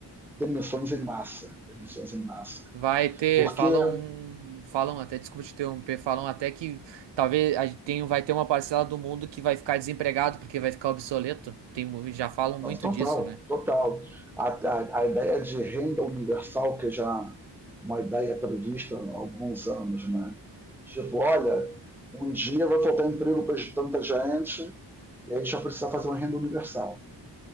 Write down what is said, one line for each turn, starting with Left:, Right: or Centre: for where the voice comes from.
Centre: demissões em massa, demissões em massa.
Right: Vai ter,
Centre: Porque,
Right: falam, falam até, desculpa te interromper, falam até que talvez a- tem, vai ter uma parcela do mundo que vai ficar desempregado porque vai ficar obsoleto. Tem, mu- já falam muito
Centre: total,
Right: disso, né?
Centre: total. A, a, a, ideia de renda universal, que já uma ideia prevista há alguns anos, né? Tipo, olha, um dia vai faltar emprego para tanta gente e aí a gente vai precisar fazer uma renda universal.